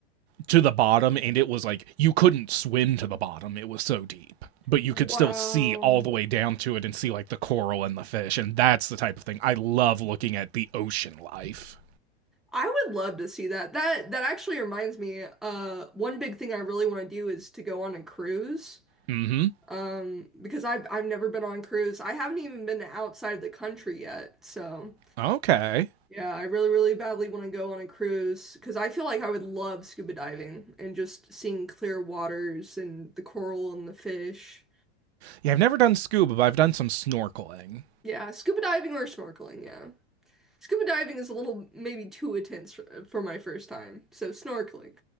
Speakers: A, on the right (about 85°); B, in the centre.
A: to the bottom and it was like you couldn't swim to the bottom it was so deep but you
B: Wow.
A: could still see all the way down to it and see like the coral and the fish and that's the type of thing i love looking at the ocean life
B: I would love to see that. That that actually reminds me, uh, one big thing I really want to do is to go on a cruise.
A: mm-hmm
B: Um, because I've I've never been on a cruise. I haven't even been outside of the country yet. So
A: okay
B: yeah, I really, really badly want to go on a cruise because I feel like I would love scuba diving and just seeing clear waters and the coral and the fish.
A: yeah i've never done scuba but i've done some snorkeling
B: Yeah, scuba diving or snorkeling, yeah. Scuba diving is a little maybe too intense for, for my first time, so snorkeling.